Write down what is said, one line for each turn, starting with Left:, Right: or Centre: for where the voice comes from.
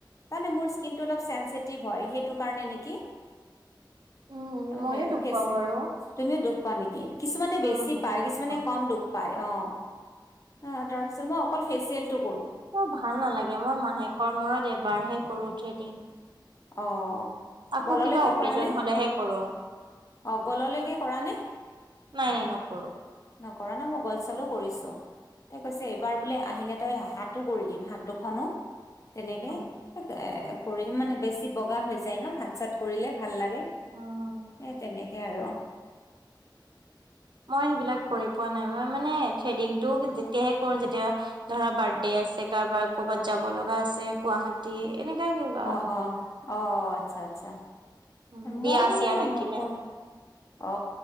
Left: মানে মোৰ স্কিনটো অলপ চেঞ্চিটিভ হয় সেইটো কাৰণে নিকি
Right: উম, ময়ো
Left: সে
Right: দুখ
Left: খেছে
Right: পাওঁ বাৰু।
Left: তুমিও দুখ পোৱা নিকি কিছুমানে
Right: উম,
Left: বেছি
Right: বহুত
Left: পায়
Right: দুখ
Left: কিছুমানে
Right: পাওঁ,
Left: কম দুখ পায় অ অ তাৰ পিছত মই অকল ফেচিয়েল টো
Right: ত ভাল নালাগে মই মাহেকৰ মূৰত এবাৰহে কৰো থ্ৰেডিং
Left: অ
Right: আকৌ
Left: গললৈকে
Right: কিবা অকেজন
Left: কৰা নে অ
Right: হলেহে কৰো,
Left: গললৈকে কৰা নে
Right: নাই নাই নকৰো
Left: নকৰা ন মই গল চালো কৰিছো তই কৈছে এইবাৰ বোলে আহিলে তই হাটো কৰি দিম হাত দুখনো তেনেকে
Right: উম।
Left: এ কৰি দিম মানে বেছ বগা হৈ যায় ন হাত চাত কৰিলে ভাল লাগে সে
Right: উম,
Left: তেনেকে হে আৰ
Right: মই সেইবিলাক কৰি পোৱা নাই মই মানে থ্ৰেডিং টো যেতিয়াহে কৰো যেতিয়া ধৰা বাৰ্ডডে আছে কাৰোবাৰ কৰ'বাত যাব লগা আছে গুৱাহাটী এনেকাই কিবা
Left: অ
Right: আৰু।
Left: অ অ আচ্ছা আচ্ছা
Right: উম, বিয়া
Left: মই
Right: চিয়া থাকিলে।
Left: নকৰো অ